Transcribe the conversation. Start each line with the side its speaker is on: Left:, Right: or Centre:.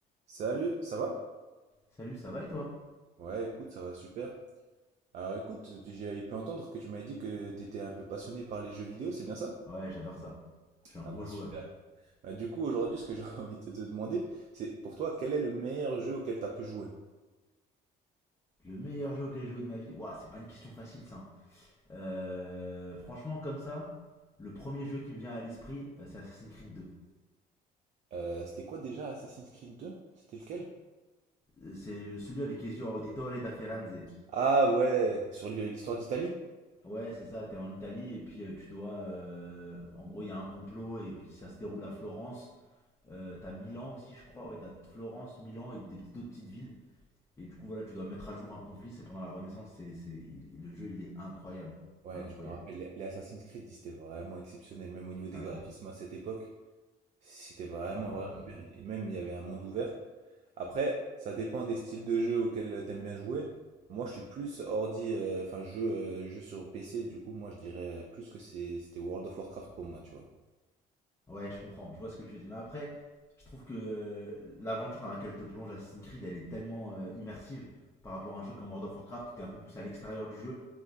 Right: Salut, ça va?
Left: Salut, ça va et toi?
Right: Ouais, écoute, ça va super. Alors écoute, j'ai pu entendre que tu m'avais dit que t'étais un peu passionné par les jeux vidéo, c'est bien ça?
Left: Ah Ouais, j'adore ça. Je suis un
Right: Ah
Left: gros
Right: bah
Left: joueur.
Right: super. Bah, du coup, aujourd'hui, ce que j'ai <laughs> envie de te demander, c'est pour toi, quel est le meilleur jeu auquel t'as pu jouer?
Left: Le meilleur jeu auquel j'ai joué de ma vie. Ouah, c'est pas une question facile ça. hein. Euh, franchement, comme ça, le premier jeu qui me vient à l'esprit, euh, c'est Assassin's Creed 2.
Right: Euh, c'était quoi déjà Assassin's Creed 2? C'était lequel?
Left: Euh, C'est celui avec Ezio Auditore da Firenze.
Right: Ah ouais, sur l'hi- l'histoire d'Italie?
Left: Ouais, c'est ça, t'es en Italie et puis euh, tu dois. euh, en gros, il y a un complot et puis ça se déroule à Florence. Euh, t'as Milan aussi, je crois. Ouais, t'as Florence, Milan et des petites- d'autres petites villes. Et du coup, voilà, tu dois mettre à jour un conflit. C'est pendant la Renaissance. C'est, c'est- il- le jeu, il est incroyable.
Right: Ouais,
Left: Incroyable.
Right: je me rappelle, les les Assassin's Creed, ils étaient vraiment exceptionnels, même au niveau des
Left: Ah
Right: graphismes
Left: ouais.
Right: à cette époque. C'était vraiment,
Left: Euh,
Right: vraiment bien. Et même, il y avait un monde ouvert. Après, ça dépend des styles de jeu auxquels t'aimes bien jouer. Moi, je suis plus ordi, euh, enfin, jeu, euh, jeu sur PC. Du coup, moi, je dirais plus que c'est- c'était World of Warcraft pour moi, tu vois.
Left: Ouais, je comprends, je vois ce que tu veux dire. Mais après, je trouve que euh, l'aventure dans laquelle te plonge Assassin's Creed, elle est tellement euh, immersive par rapport à un jeu comme World of Warcraft où t'es un peu plus à l'extérieur du jeu